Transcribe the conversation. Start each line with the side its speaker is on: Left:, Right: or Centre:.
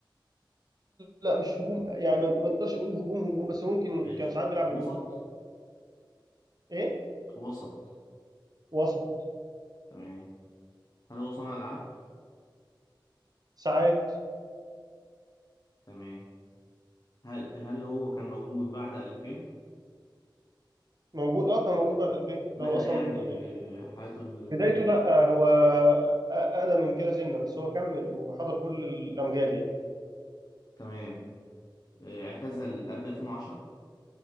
Right: لا مش هجوم يعني ما ما نقدرش نقول هجوم هجوم بس ممكن
Left: ماشي
Right: كان ساعات بيلعب
Left: وسط
Right: هجوم إيه
Left: وسط
Right: وسط
Left: تمام هل هو صانع ألعاب
Right: ساعات
Left: تمام هل هل هو كان موجود بعد 2000
Right: موجود اه كان موجود بعد 2000
Left: بدأ
Right: ده هو اصلا
Left: يعني
Right: آه،
Left: آه، حياته ال...
Right: بدايته لا آه، هو اقدم من كده سنه بس هو كمل وحضر كل الامجاد يعني
Left: تمام آه، اعتزل قبل 2010